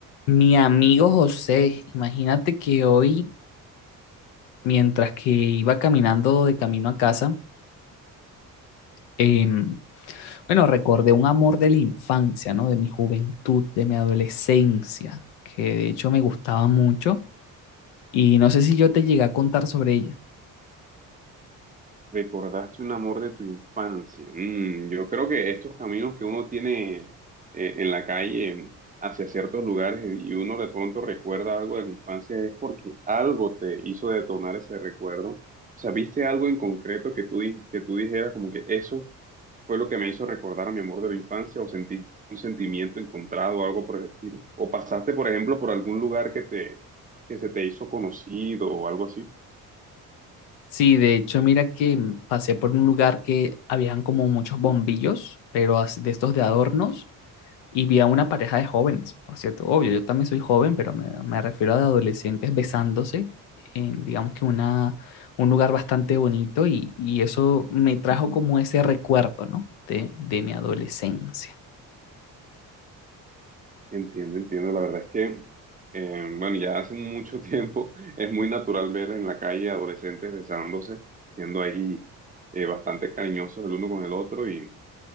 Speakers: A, on the left (about 80°); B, on the right (about 20°).
A: Mi amigo José, imagínate que hoy, mientras que iba caminando de camino a casa, em, bueno, recordé un amor de la infancia, ¿no? De mi juventud, de mi adolescencia, que de hecho me gustaba mucho y no sé si yo te llegué a contar sobre ella.
B: Recordaste un amor de tu infancia. Mm, yo creo que estos caminos que uno tiene eh, en la calle hacia ciertos lugares y uno de pronto recuerda algo de la infancia es porque algo te hizo detonar ese recuerdo. O sea, viste algo en concreto que tú, di- que tú dijeras como que eso fue lo que me hizo recordar a mi amor de la infancia o sentí un sentimiento encontrado o algo por el estilo. O pasaste, por ejemplo, por algún lugar que te, que se te hizo conocido o algo así.
A: Sí, de hecho, mira que em, pasé por un lugar que habían como muchos bombillos, pero as- de estos de adornos. Y vi a una pareja de jóvenes, por cierto, obvio, yo también soy joven, pero me, me refiero a adolescentes besándose en, digamos que una, un lugar bastante bonito y, y eso me trajo como ese recuerdo, ¿no? De, de mi adolescencia.
B: Entiendo, entiendo. La verdad es que, eh, bueno, ya hace mucho <laughs> tiempo es muy natural ver en la calle adolescentes besándose, siendo ahí eh, bastante cariñosos el uno con el otro y,